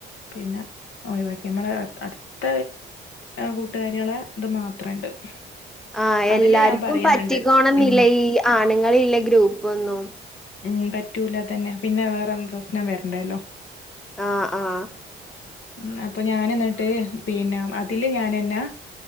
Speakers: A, on the left (about 85°); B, in the centre.
A: പിന്നെ ഒഴിവാക്കി നമ്മളെ അടുത്ത കൂട്ടുകാരികളെ ഇത് മാത്രണ്ട്. <inaudible>
B: ആഹ് എല്ലാർക്കും
A: അതില് ഞാൻ പറയുന്നുണ്ട്
B: പറ്റിക്കോണന്നില്ല
A: ഉം
B: ഈ ആണ്ങ്ങളിള്ളെ ഗ്രൂപ്പൊന്നും.
A: ഉം പറ്റൂല അതെ പ്പം പ്രശ്നം വരണ്ടല്ലോ
B: ആഹ് ആഹ്
A: ഉം അപ്പൊ ഞാൻ ഇന്നട്ട് പിന്നെ അതില് ഞാൻ അന്നെ